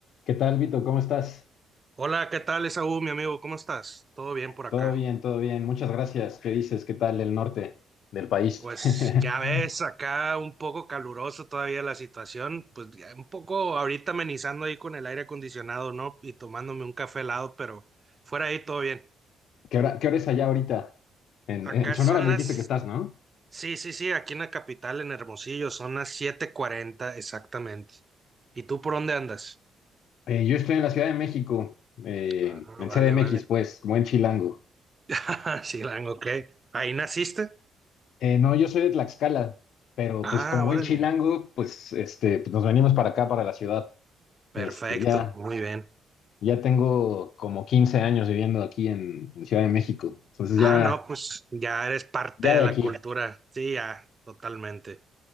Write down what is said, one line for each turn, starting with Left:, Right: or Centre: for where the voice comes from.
Left: ¿Qué tal, Vito? ¿Cómo estás?
Right: Hola, ¿qué tal, Esaú, mi amigo? ¿Cómo estás? ¿Todo bien por acá?
Left: Todo bien, todo bien. Muchas gracias. ¿Qué dices? ¿Qué tal el norte del país?
Right: Pues
Left: <laughs>
Right: ya ves, acá un poco caluroso todavía la situación, pues ya un poco ahorita amenizando ahí con el aire acondicionado, ¿no? Y tomándome un café helado, pero fuera ahí todo bien.
Left: ¿Qué hora, qué hora es allá ahorita? En,
Right: Acá
Left: en Sonora
Right: son
Left: me
Right: las...
Left: dijiste que estás, ¿no?
Right: Sí, sí, sí, aquí en la capital, en Hermosillo, son las siete cuarenta exactamente. ¿Y tú por dónde andas?
Left: Eh, yo estoy en la Ciudad de México, eh,
Right: Ah,
Left: en
Right: vale,
Left: CDMX,
Right: vale.
Left: pues, buen chilango.
Right: <laughs> Sí, ok. ¿Ahí naciste?
Left: Eh, no, yo soy de Tlaxcala, pero
Right: Ah,
Left: pues como buen
Right: órale.
Left: chilango, pues, este, pues, nos venimos para acá, para la ciudad.
Right: Perfecto,
Left: Este, ya,
Right: muy bien.
Left: ya tengo como 15 años viviendo aquí en, en Ciudad de México. Entonces
Right: Ah,
Left: ya,
Right: no, pues ya eres parte
Left: ya
Right: de
Left: de
Right: la
Left: aquí.
Right: cultura. Sí, ya, totalmente.